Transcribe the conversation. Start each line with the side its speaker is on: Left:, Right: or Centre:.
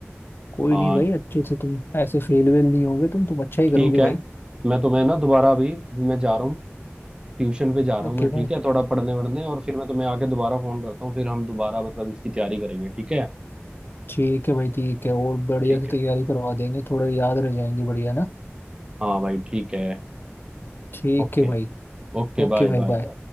Left: कोई
Right: हाँ
Left: नहीं भाई अच्छे से तुम ऐसे फेल वेल नहीं होगे तुम तुम अच्छा ही
Right: ठीक
Left: करोगे
Right: है
Left: भाई
Right: मैं तुम्हें ना दोबारा अभी अभी मैं जा रहा हूँ ट्यूशन पे जा रहा
Left: ओके
Right: हूँ मैं ठीक
Left: भाई
Right: है थोड़ा पढ़ने वढ़ने और फिर मैं तुम्हें आके दोबारा फोन करता हूँ फिर हम दोबारा मतलब इसकी तैयारी करेंगे ठीक है
Left: ठीक है भाई ठीक है और बढ़िया
Right: ठीक
Left: से
Right: है
Left: तैयारी करवा देंगे थोड़े याद रह जाएंगे बढ़िया ना
Right: हाँ भाई ठीक है
Left: ठीक
Right: ओके
Left: है भाई
Right: Okay
Left: ओके
Right: bye
Left: भाई
Right: bye
Left: बाय